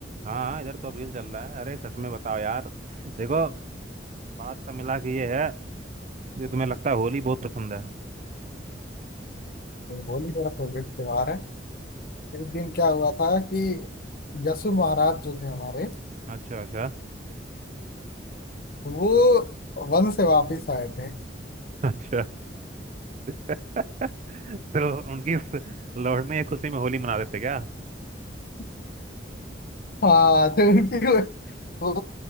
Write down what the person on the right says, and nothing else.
हाँ हाँ इधर तो अप्रैल चल रहा है अरे सच में बताओ यार देखो बात का मिला कि ये है ये तुम्हें लगता है होली बहुत पसंद है
अच्छा अच्छा
अच्छा <laughs> तो उनकी इस लौटने की खुशी में होली मना देते क्या